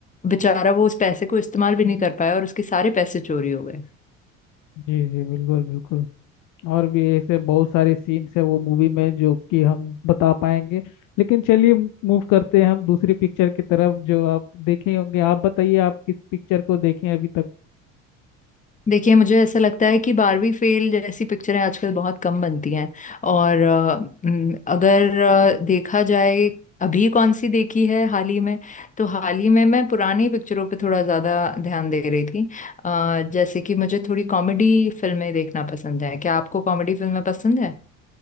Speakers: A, on the left; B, on the left.
A: बेचारा वो उस पैसे को इस्तेमाल भी नहीं कर पाया और उसके सारे पैसे चोरी हो गए
B: जी जी बिल्कुल बिल्कुल और भी ऐसे बहुत सारे सीन्स है वो मूवी में जो कि हम बता पाएंगे लेकिन चलिए मूव करते हैं हम दूसरी पिक्चर की तरफ जो आप देखे होंगे आप बताइए आप किस पिक्चर को देखे हैं अभी तक
A: देखिए मुझे ऐसा लगता है कि बारहवीं फेल जैसी पिक्चरें आजकल बहुत कम बनती हैं और अ, हम्म, अगर अ, देखा जाए अभी कौन सी देखी है हाल ही में तो हाल ही में मैं पुरानी पिक्चरों पे थोड़ा ज़्यादा ध्यान दे रही थी अ, जैसे कि मुझे थोड़ी कॉमेडी फिल्में देखना पसंद है क्या आपको कॉमेडी फिल्में पसंद है